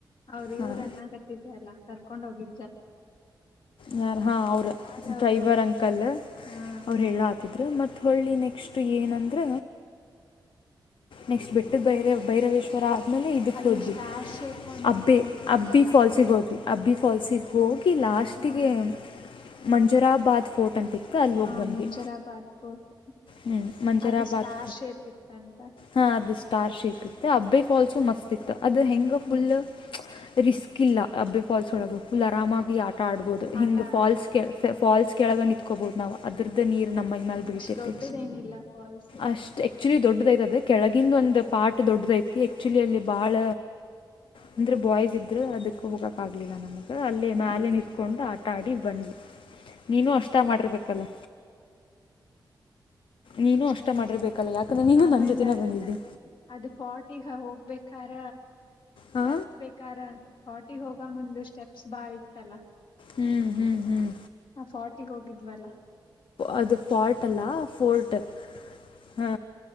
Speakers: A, on the left; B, on the left.
A: ಅವ್ರ
B: ಹಾಂ
A: ಇವ್ರನ್ನ ಅನ್ನಾಕತಿದ್ರಲ್ಲ ಕರ್ಕೊಂಡ್ ಹೋಗಿ
B: ಯಾರ ಹಾ ಅವ್ರ
A: ಅವರು
B: ಡ್ರೈವರ್ ಅಂಕಲ್ ಅವ್ರ
A: ಹಾ
B: ಹೇಳ ಆತ ಮತ್ತ ಹೊಳ್ಳಿ ನೆಕ್ಸ್ಟ್ ಏನಂದ್ರ ನೆಕ್ಸ್ಟ್ ಬೆಟ್ಟದ ಭೈರವೇಶ್ವರ ಆಮೇಲೆ ಇದಕ್ಕೆ
A: ಅದು
B: ಹೋದ್ವಿ
A: ಸ್ಟಾರ್ ಶೇಪ್ ಒಂದು
B: ಅಬ್ಬಿ
A: ಫೋರ್ಟ್ ಇತ್ತಲ್ಲ
B: ಅಬ್ಬಿ ಫಾಲ್ಸಿಗೆ ಹೋದ್ವಿ ಅಬ್ಬಿ ಫಾಲ್ಸಿಗೆ ಹೋಗಿ ಲಾಸ್ಟಿಗೆ
A: ಹಾ
B: ಮಂಜುರಾಬಾದ್ ಫೋರ್ಟ್ ಅಂತ ಇತ್ತು ಅಲ್ಲಿ
A: ಹಾ
B: ಹೋಗ್ ಬಂದ್ವಿ
A: ಮಂಜರಾಬಾದ್ ಫೋರ್ಟ್
B: ಹ್ಮ್ ಮಂಜರಪಾತ್
A: ಅದು ಸ್ಟಾರ್ ಶೇಪ್ ಇತ್ತಂತ
B: ಹಾ ಅದು ಸ್ಟಾರ್ ಶೇಪ್ ಇತ್ತು ಅಬ್ಬೆ ಫಾಲ್ಸು ಮಸ್ತ್ ಇತ್ತು ಅದು ಹೆಂಗ
A: ಹ್ಮ್
B: ಫುಲ್ ರಿಸ್ಕ್ ಇಲ್ಲ ಅಬ್ಬೆ ಫಾಲ್ಸ್ ಒಳಗೆ ಫುಲ್ ಆರಾಮಾಗಿ ಆಟ ಆಡ್ಬೋದು
A: ಆಟ
B: ಹಿಂಗೆ
A: ಆಡ್ಬೋದು
B: ಫಾಲ್ಸ್ಕೆ ಫಾಲ್ಸ್ ಕೆಳಗ ನಿಂತ್ಕೋಬಹುದು ನಾವು ಅದ್ರದ್ದ ನೀರ್ ನಮ್ಮ ಮೈ ಮ್ಯಾಲ ಬಿಳಿತೆ
A: ಅಷ್ಟ್ ದೊಡ್ಡದೇನಿಲ್ಲ ಫಾಲ್ಸ್
B: ಅಷ್ಟ ಆಕ್ಚುಲಿ ದೊಡ್ಡದೈತದ ಕೆಳಗಂದು ಒಂದು ಪಾಟ್ ದೊಡ್ಡದೈತಿ ಆಕ್ಚುಲಿ ಅಲ್ಲಿ ಬಾಳ ಅಂದ್ರೆ ಬಾಯ್ಸ್ ಇದ್ರರು ಅದಕ್ ಹೋಗಕ್ ಆಗ್ಲಿಲ್ಲ ನಮಗ ಅಲ್ಲಿ
A: ಹ
B: ಮ್ಯಾಲ ನಿಂತ್ಕೊಂಡು ಆಟ ಆಟ ಆಡಿ ಬಂದ್ವಿ ನೀನು ಅಷ್ಟ ಮಾಡಿರ್ಬೇಕಲ್ಲ ನೀನು
A: ಅಷ್ಟೇ
B: ಅಷ್ಟ
A: ಮಾಡಿ
B: ಮಾಡಿರ್ಬೇಕಲ್ಲ ಯಾಕಂದ್ರೆ ನೀನು
A: ಆಮೇಲೆ
B: ನನ್ ಜೊತೆನೆ
A: ಅದು
B: ಬಂದಿದ್ದೆ
A: ಅದು ಫೋರ್ಟಿಗೆ ಹೋಗ್ಬೇಕಾರ
B: ಹಾ
A: ಹತ್ ಬೇಕಾರ ಫೋರ್ಟಿಗೆ ಹೋಗ ಮುಂದು ಸ್ಟೆಪ್ಸ್ ಬಾಳ ಇತ್ತಲ್ಲ
B: ಹ್ಮ್ ಹ್ಮ್ ಹ್ಮ್
A: ಹಾ ಫಾರ್ಟಿಗೆ ಹೋಗಿದ್ವಲ್ಲಾ
B: ಅದು ಫಾರ್ಟ ಅಲ್ಲ ಫೋರ್ಟ್ ಹಾ